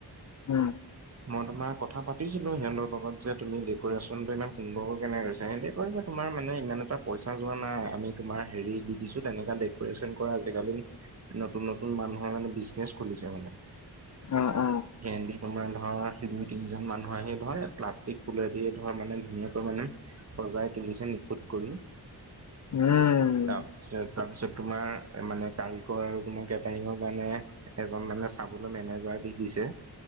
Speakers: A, on the left (about 45°); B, on the right (about 35°).
A: উম',
B: মই তোমাৰ কথা পাতিছিলোঁ সিহঁতৰ লগত যে তুমি ডেকৰেশ্যন টো ইমান সুন্দৰকৈ কেনেকে কৰিছ? সিহঁতি', কৈছে, তোমাৰ মানে ইমান এটা পইচা যোৱা নাই আমি তোমাৰ হেৰি দি দিছোঁ তেনকা ডেকৰেশ্যন কৰা জেগালে', নতুন নতুন মানুহে মানে বিজনেচ খুলিছে মানে',
A: অ অ
B: ভেন দি', তোমাৰ ধৰ সেই দুই তিনিজন মানুহ আহি ধৰে, প্লাষ্টিক ফুলেদি ধৰ মানে ধুনীয়াকৈ মানে', সজাই তুলিছে নিখুত কৰি',
A: উম',
B: তাৰপিছত, তাৰপিছত তোমাৰ মানে কাৰিকৰ আৰু তোমাৰ কেটাৰিঙ ও যানে', এজন মানে চাবলৈ মেনেজাৰ দি দিছে